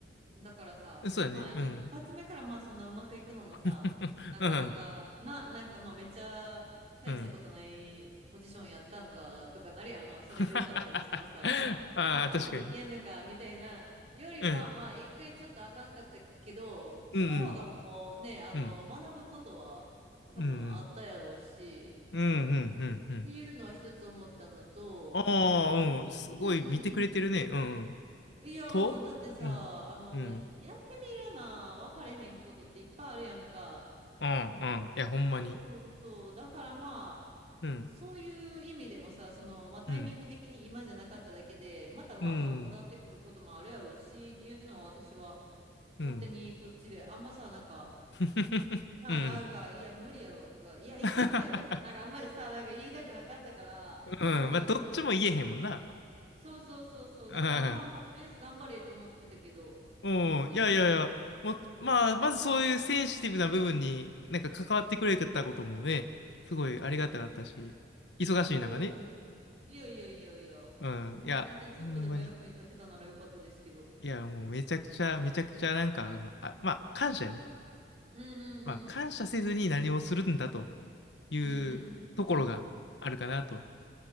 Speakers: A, on the right (about 40°); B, on the left (about 70°).
A: だからさ、
B: そうだね。
A: まあ一発目からまあそんなうまくいくのもさ、
B: うん。<laughs>
A: なかなか、
B: うん。
A: な、なんかまあめっちゃ大したことないポジションやったんかとかなるやん。
B: うん。
A: まあそれで受かったりしてもさ、
B: <laughs>
A: あ、
B: ああ、
A: あ、こんなんでいけんのかみたいなよりはまあ一回ちょっとあかんかったけど、
B: 確かにね。うん。
A: その方がもうね、
B: うん。
A: あの、
B: うん。
A: 学ぶことは多分あったやろうし、
B: うん。うん。うん。うん。うん。
A: っていうのは一つ思ったのと、
B: ああー、うん。すごい見てくれてるね。
A: うんうんうん。
B: うん。
A: いや、
B: とうん。
A: うん。だってさ、あの、
B: うん。
A: やってみるな、分かれへんことっていっぱいあるやんか。
B: うん。うん。いや、ほんまに。
A: そうそうそう。だからまあ、
B: うん。
A: そういう意味でもさ、その、まあタイミング的に今じゃなかっただけで、
B: うん。
A: またまあ、
B: うん、
A: も、戻ってくることもあるやろうし、っていうのは私は
B: うん。
A: 勝手にこっちで、あんまさ、なんか、
B: <laughs>
A: あ、
B: うん。
A: なんか、いや、無理やろとか、いや、いけるやろとか、
B: <laughs>
A: なんかあんまりさ、なんか言いたくなかったから、
B: うん。
A: どうなるか分かれへんしさ。
B: まあ、どっちも言えへんもんな。
A: そうそうそうそう。
B: <laughs>
A: だからまあまあ、とりあえず頑張れと思ってたけど、
B: うん。
A: うん。
B: うん。いやいやいや。もう、まあ、まずそういうセンシティブな部分になんか関わってくれたこともね、すごいありがたかったし、忙しい中ね。
A: おお、いやいやいやいや。
B: うん。
A: もう全然ちょっとでも役に立てたならよかったですけど。
B: いや、ほんまに。いや、もうめちゃくちゃ、めちゃくちゃなんか、うんあ、まあ、感謝やね。
A: うんうんうん。
B: まあ、感謝せずに何をするんだというところがあるかなと
A: うんうんうん。